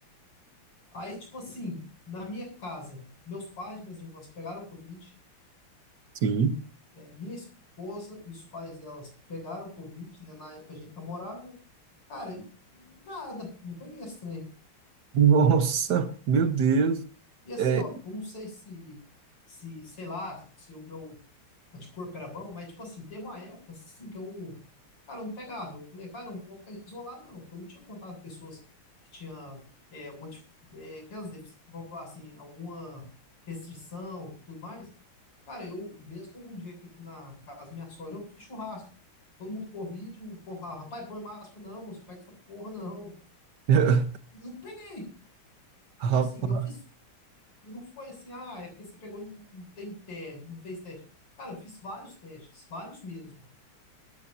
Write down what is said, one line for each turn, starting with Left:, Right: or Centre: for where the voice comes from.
Left: Aí, tipo assim, na minha casa, meus pais, minhas irmãs pegaram Covid,
Right: Sim.
Left: é, minha esposa e os pais delas pegaram Covid, né? Na época a gente namorava. Cara, e nada, não peguei esse trem.
Right: Nossa, meu Deus.
Left: E assim,
Right: É,
Left: ó, eu não sei se, se, sei lá, se o meu anticorpo era bom, mas tipo assim, teve uma época assim que eu, cara, eu não pegava. Eu falei, cara, eu não vou ficar isolado, não, porque eu não tinha contato com pessoas que tinham é, alguma, tipo, é, aquelas, defici- vamos falar assim, alguma restrição, tudo mais. Cara, eu mesmo teve um dia que aqui na casa da minha sogra eu fiz churrasco. Todo mundo com Covid, o povo falava, rapaz, põe máscara, não, moço, pega essa porra, não.
Right: <laughs>
Left: E não peguei.
Right: rapaz,
Left: E assim, eu fiz e não foi assim, ah, é porque você pegou e não não tem teste, não fez teste. Cara, eu fiz vários testes, vários mesmo.